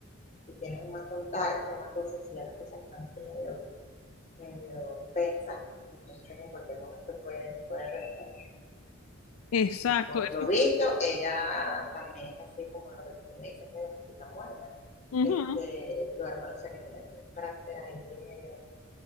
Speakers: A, on the left; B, on the left.
A: Si tienen más contacto, más cosas, si ya las cosas están así medio, medio tensas, entonces en cualquier momento puede, puede reventar.
B: Exacto.
A: Y por
B: eso,
A: lo visto, ella también es así como lo que tú me dices, medio mosquita muerta.
B: ujú.
A: Este, tu hermano se le tiene también un carácter ahí medio